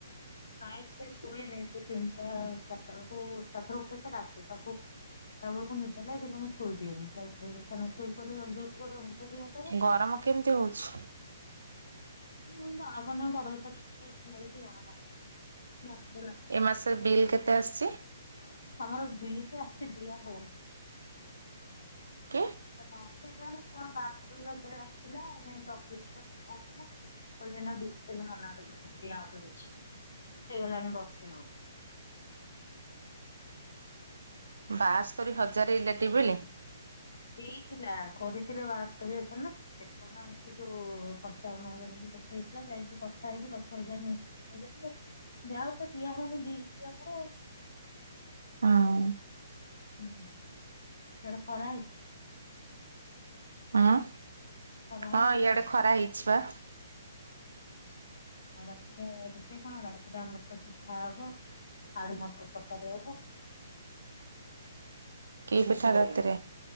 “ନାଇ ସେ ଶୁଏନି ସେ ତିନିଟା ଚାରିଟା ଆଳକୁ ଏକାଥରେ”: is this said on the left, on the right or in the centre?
Left